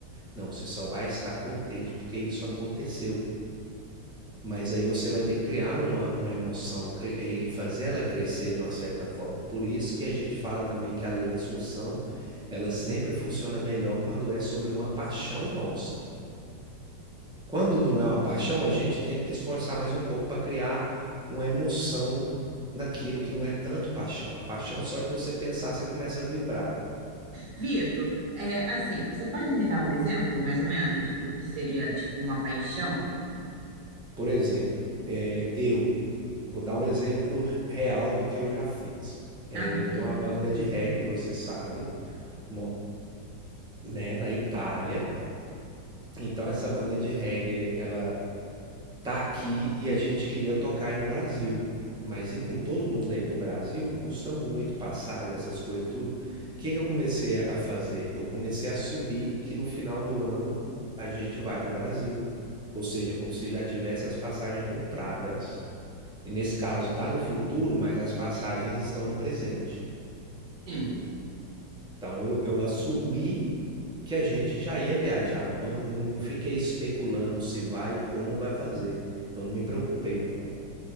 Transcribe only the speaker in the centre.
Não, você só vai estar contente porque isso aconteceu. Mas aí você vai ter que criar uma, uma emoção cri- e fazer ela crescer de uma certa forma. Por isso que a gente fala também que a lei da Assunção, ela sempre funciona melhor quando é sobre uma paixão nossa. Quando não é uma paixão, a gente tem que esforçar mais um pouco para criar uma emoção naquilo que não é tanto paixão. A paixão só de você pensar, você começa a vibrar.
Por exemplo, é, eu. Vou dar um exemplo real do que eu já fiz. É,
eu tenho uma banda de reggae, você sabe, mo- né, na Itália. Então essa banda de reggae, ela tá aqui e a gente queria tocar aí no Brasil. Mas ir com todo mundo aí pro Brasil custa muito, passagem, essas coisas e tudo. O que que eu comecei a fazer? Eu comecei a assumir que no final do ano a gente vai pro Brasil. Ou seja, como se já tivesse as passagens compradas E nesse caso está no futuro, mas as passagens estão no presente.
Então eu, eu assumi que a gente já ia viajar, não, não, não fiquei especulando se vai e como vai fazer. Eu não me preocupei o como.